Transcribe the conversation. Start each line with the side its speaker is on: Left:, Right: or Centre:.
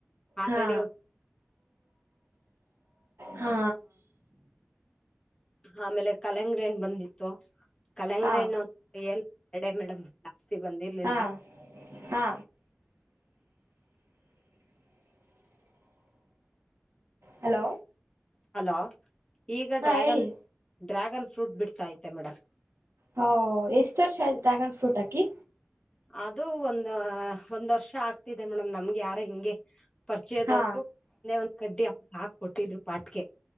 Left: ಆಾಲ್ರೆೆಡಿ
Right: ಹಾ
Left: ಒಂದು
Right: ಹಾ
Left: ಆಮೇಲೆ ಕಲ್ಲಂಗಡಿ ಹಣ್ಣ್ ಬಂದಿತ್ತು. ಕಲಂಗಡಿ
Right: ಹಾ
Left: ಹಣ್ಣ್ ಏನ್ <unintelligible> ಮೇಡಮ್. ಜಾಸ್ತಿ ಬಂದಿರ್ಲಿಲ್ಲ
Right: ಹಾ ಹಾ ಹಲೋ
Left: ಹಲೋ ಈಗ
Right: ಹಾ
Left: ಡ್ರ್ಯಾಗನ್
Right: ಹೇಳಿ
Left: ಡ್ರ್ಯಾಗನ್ ಫ್ರೂಟ್ ಬಿಡ್ತಾ ಐತೆ ಮೇಡಮ್.
Right: ಹೊ ಎಷ್ಟ್ ವರ್ಷ ಆಯ್ತು ಡ್ರ್ಯಾಗನ್ ಫ್ರೂಟ್ ಆಕಿ?
Left: ಅದು ಒಂದ್ ಒಂದ್ ವರ್ಷ ಆಗ್ತಿದೆ ಮೇಡಮ್ ನಮ್ಗೆ ಯಾರೊ ಹಿಂಗೆ ಪರಿಚಯದವ್ರು
Right: ಹಾ
Left: ಒಂದೇ ಒಂದ್ ಕಡ್ಡಿ ಆ ಹಾಕ್ಕೊಟ್ಟಿದ್ರು ಪಾಟ್ಗೆ.